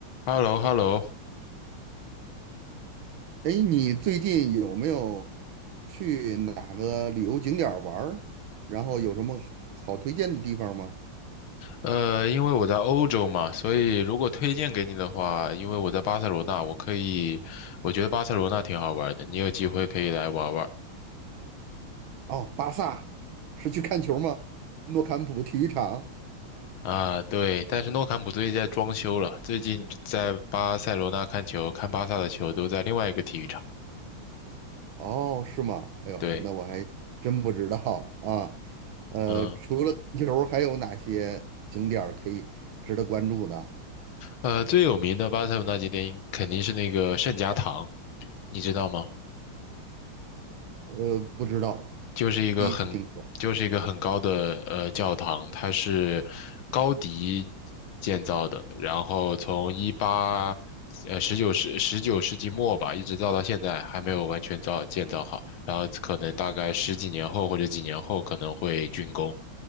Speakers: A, on the left; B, on the right.
A: h e l l o h e l l o
B: 哎，你最近有没有去哪个旅游景点儿玩儿？然后有什么好推荐的地方吗？
A: 呃，因为我在欧洲嘛，所以如果推荐给你的话，因为我在巴塞罗那，我可以，我觉得巴塞罗那挺好玩的，你有机会可以来玩玩
B: 哦，巴萨是去看球吗？诺坎普体育场？
A: 啊。对，但是诺坎普最近在装修了，最近在巴塞罗那看球，看巴萨的球都在另外一个体育场。
B: 哦，是吗？哎呦，
A: 对，
B: 那我还真不知道啊。呃，
A: 嗯，
B: 除了看球，还有哪些景点儿可以值得关注的？
A: 呃，最有名的巴塞罗那景点应肯定是那个圣家堂，你知道吗？
B: 呃，不知道，
A: 就是一个很就是一个很高的呃教堂，
B: 第一次听说。
A: 它是高迪建造的，然后从一八呃十九世十九世纪末吧，一直造到现在还没有完全造建造好，然后可能大概十几年后或者几年后可能会竣工，